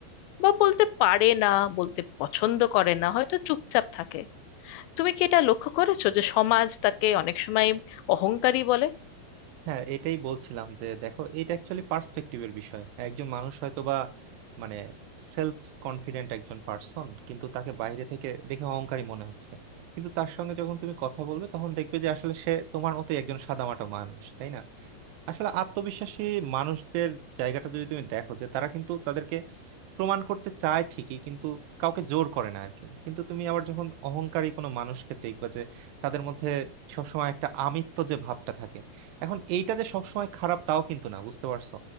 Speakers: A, on the left; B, on the right.
A: বা বলতে পারে না বলতে পছন্দ করে না হয়তো চুপচাপ থাকে তুমি কি এটা লক্ষ্য করেছো যে সমাজ তাকে অনেক সময় অহংকারী বলে
B: হ্যাঁ এটাই বলছিলাম যে দেখো এটা অ্যাকচুয়ালি পার্সপেক্টিভের বিষয় একজন মানুষ হয়তো বা মানে সেলফ কনফিডেন্ট একজন পার্সন কিন্তু তাকে বাইরে থেকে দেখে অহংকারী মনে হচ্ছে কিন্তু তার সঙ্গে যখন তুমি কথা বলবে তখন দেখবে যে আসলে সে তোমার মতোই একজন সাদামাটা মানুষ তাই না আসলে আত্মবিশ্বাসী মানুষদের জায়গাটা যদি তুমি দেখো যে তারা কিন্তু তাদেরকে প্রমাণ করতে চায় ঠিকই কিন্তু কাউকে জোর করে না আরকি কিন্তু তুমি আবার যখন অহংকারী কোনো মানুষকে দেখবা যে তাদের মধ্যে সবসময় একটা আমিত্ব যে ভাবটা থাকে এখন এইটা যে সবসময় খারাপ তাও কিন্তু না বুঝতে পারছো